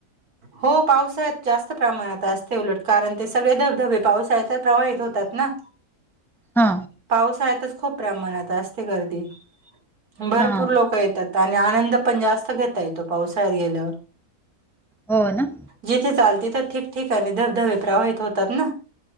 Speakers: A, on the right; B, in the centre.
A: हो पावसाळ्यात जास्त प्रमाणात असते उलट कारण ते सगळे धबधबे पावसाळ्यात प्रवाहित होतात ना.
B: ह.
A: पावसाळ्यातच खूप प्रमाणात असते गर्दी, भरपूर
B: हा
A: लोक येत- आणि आनंद पण जास्त घेता येतो पावसाळ्यात गेल्यावर.
B: हो ना,
A: जिथे चाल तिथं ठिकठिकाणी धबधबे प्रवाहित होतात ना